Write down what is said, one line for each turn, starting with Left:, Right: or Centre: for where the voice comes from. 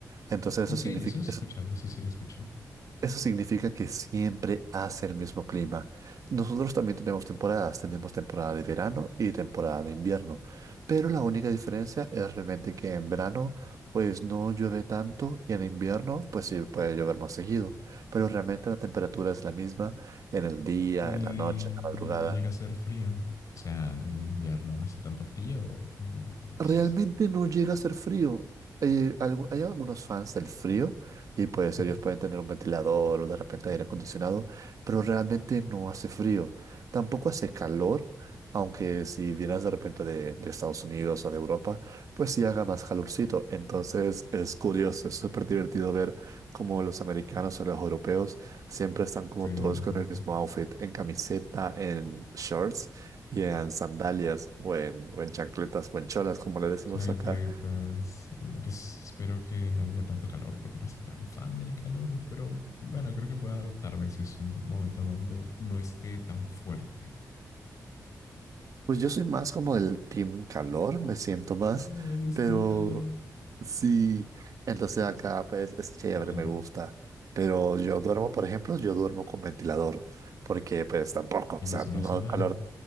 Right: Entonces
Left: ok,
Right: eso significa,
Left: eso he escuchado, eso sí lo escucho.
Right: eso significa que siempre hace el mismo clima. Nosotros también tenemos temporadas, tenemos temporada de verano y temporada de invierno, pero la única diferencia es realmente que en verano pues no llueve tanto y en invierno pues sí puede llover más seguido, pero realmente la temperatura es la misma en el día,
Left: Y
Right: en la noche, en la madrugada.
Left: no llega a ser frío. O sea, en invierno no hace tanto frío o como, como es.
Right: Realmente no llega a ser frío. Eh, algu- hay algunos fans del frío y pues
Left: <laughs>
Right: ellos pueden tener un ventilador o de repente aire acondicionado, pero realmente no hace frío. Tampoco hace calor, aunque si vienes de repente de, de Estados Unidos o de Europa, pues sí haga más calorcito. Entonces es curioso, es súper divertido ver cómo los americanos o los europeos siempre están como
Left: Sí,
Right: todos
Left: sí,
Right: con el
Left: sí.
Right: mismo outfit, en camiseta, en shorts y en sandalias o en, o en chancletas o en cholas, como le decimos
Left: Chancletas.
Right: acá.
Left: sí, Ya, Pues espero que no haya tanto calor porque no soy tan fan del calor. Pero bueno, creo que puedo adaptarme si es un momento donde no esté tan fuerte.
Right: Pues yo soy más como del team calor, me siento más,
Left: Oh, eres
Right: pero
Left: team calor.
Right: sí, entonces
Left: No,
Right: acá pues es chévere,
Left: no lo entiendo.
Right: me gusta. Pero yo duermo, por ejemplo, yo duermo con ventilador, porque pues tampoco,
Left: Oye,
Right: o sea,
Left: eso no
Right: no
Left: hace mal.
Right: calor,